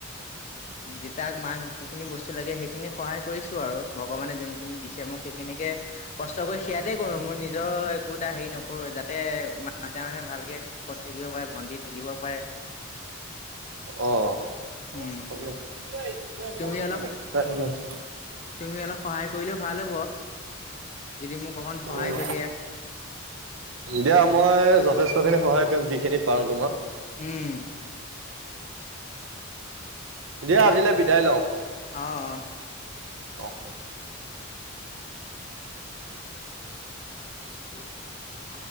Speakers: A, on the left; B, on the right.
A: দেতাক মাক যিখিনি বস্তু লাগে সেইখিনি সহায় কৰিছো আৰু ভগৱানে যোনখিনি দিছে মোক সেইখিনিকে কষ্ট কৰি সেয়াতে কৰো মোৰ নি। জৰ একো এটা হেৰি নকৰোঁ যাতে মা‌ দেতাহতে ভালকে সুখত থাকিব পাৰে ভণ্টি থাকিব পাৰে।
B: অ। হয়ন,
A: উম
B: হয়
A: তুমি
B: ন।
A: অলপ তুমি অলপ সহায় কৰিলেও ভাল হব। যদি মোক অকণ সহায়
B: উম,
A: কৰি দিয়া
B: দিয়া মই যথেষ্ট--। খিনি সহায় কৰিম যিখিনি পাৰো তোমাৰ
A: উম
B: দিয়া আজিলে বিদায় লওঁ।
A: আহ।
B: অ
A: এই